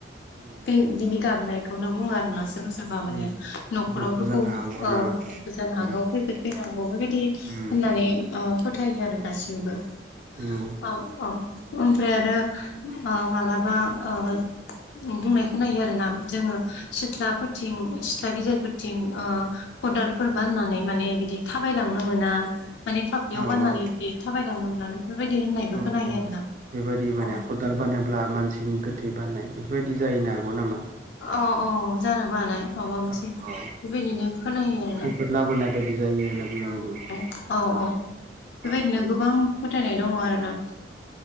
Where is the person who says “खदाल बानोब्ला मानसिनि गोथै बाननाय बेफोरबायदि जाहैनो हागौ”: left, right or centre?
Right